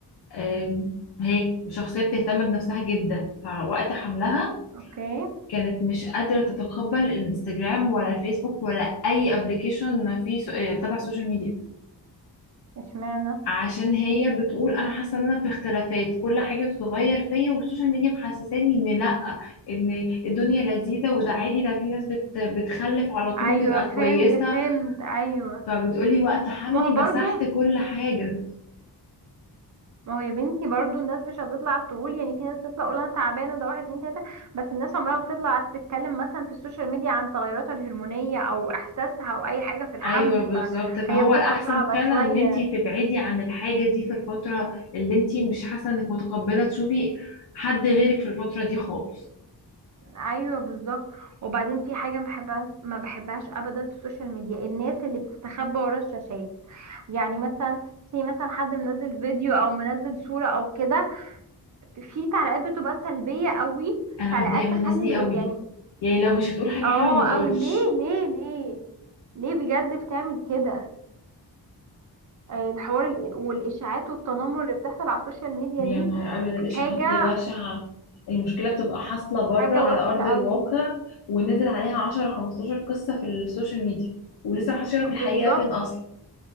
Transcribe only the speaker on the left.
آم، هي شخصية بتهتم بنفسها جدا فوقت حملها
كانت مش قادرة تتقبل الانستجرام ولا فيسبوك ولا أي ابلكيشن في سو... آه، تبع السوشيال ميديا
عشان هي بتقول أنا حاسة إن أنا في اختلافات كل حاجة بتتغير فيا والسوشيال ميديا محسساني إن لأ إن الدنيا لذيذة وده عادي ده في ناس بت... بتخلف على طول
وتبقى
كويسة
فبتقولي وقت حملي
مسحت كل حاجة
ايوه بالظبط
فهو
الاحسن
فعلا
ان انتي تبعدي عن الحاجه دي في الفتره اللي انتي مش حاسه انك متقبله تشوفي حد غيرك في الفتره دي خالص
انا
بتضايق من
الناس دي
قوي
يعني لو مش هتقول حاجه
حلوه ما تقولش
يا
نهار أبيض الإشاعات
دي بشعة المشكلة بتبقى حاصلة بره
على
أرض الواقع
ونزل عليها عشرة خمستاشر قصة في السوشيال ميديا ولسه محدش يعرف الحقيقة
فين أصلا